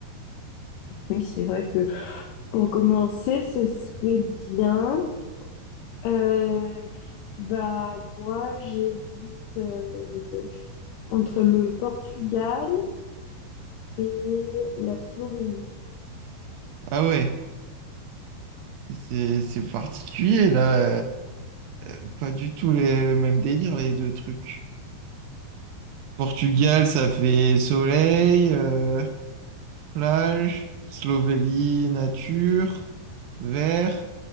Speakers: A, on the left; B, on the right.
A: Oui, c'est vrai que pour commencer, ce serait bien. Euh, bah, moi, j'hésite euh, entre le Portugal. et la Slovénie.
B: Ah ouais. C'est c'est particulier là, euh, pas du tout les- le même délire les deux trucs. Portugal, ça fait soleil, euh, plage, Slovénie, nature, vert,